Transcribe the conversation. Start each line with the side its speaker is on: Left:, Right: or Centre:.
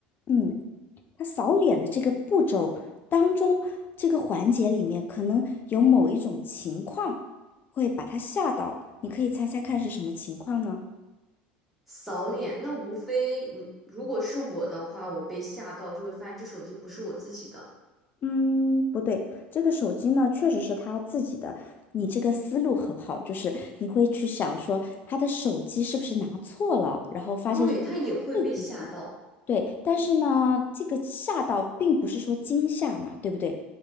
Left: 嗯，他扫脸的这个步骤当中，这个环节里面可能有某一种情况会把他吓到，你可以猜猜看是什么情况呢？
Centre: 扫脸。那无非如如果是我的话，我被吓到就会发现这手机不是我自己的，
Left: 嗯，不对，这个手机呢确实是他自己的。你这个思路很好，就是你会去想说他的手机是不是拿错了，然后发现是
Centre: 对，它也会被吓到。
Left: 自己对，但是呢，这个吓到并不是说惊吓嘛，对不对？